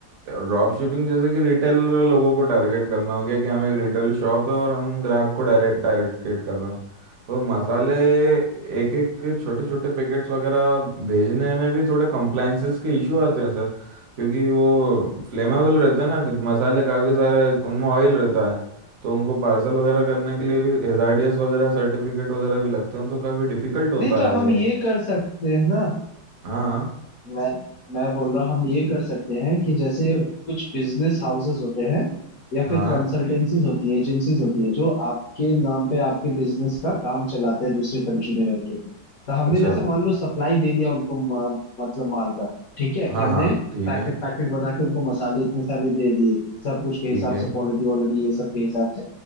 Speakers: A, on the right; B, on the left.
A: ड्रॉप शिपिंग जैसे कि रिटेलर लोगों को टारगेट करना हो गया कि हम एक रिटेल शॉप है और हम ग्राहक को डायरेक्ट टारगेट कर रहे हैं और मसाले एक एक छोटे छोटे पैकेट्स वगैरह भेजने में भी थोड़े कंप्लाइंसेस के इशू आते हैं सर क्योंकि वो फ्लेमेबल रहते हैं ना मसाले काफ़ी सारे उनमें ऑयल रहता है तो उनको पार्सल वगैरह करने के लिए भी हेजार्डियस वगैरह सर्टिफिकेट वगैरह भी लगते हैं तो काफ़ी डिफिकल्ट होता
B: नहीं तो
A: है
B: हम ये कर सकते हैं ना
A: हाँ
B: मैं मैं बोल रहा हूँ हम ये कर सकते हैं कि जैसे कुछ बिजनेस हाउसेस होते हैं या फिर
A: हाँ
B: कंसल्टेंसीज होती है एजेंसीज होती है जो आपके नाम पे आपके बिजनेस का काम चलाते हैं दूसरे कंट्री में रह के तो हमने
A: अच्छा
B: जैसे मान लो सप्लाई दे दिया उनको म- मतलब माल का ठीक है कि
A: हाँ
B: हमने
A: हाँ ठीक
B: पैकेट
A: है
B: पैकेट बना के उनको मसाले इतने सारे दे दिए सब कुछ के
A: ठीक
B: हिसाब
A: है
B: से क्वालिटी वालिटी ये सब के हिसाब से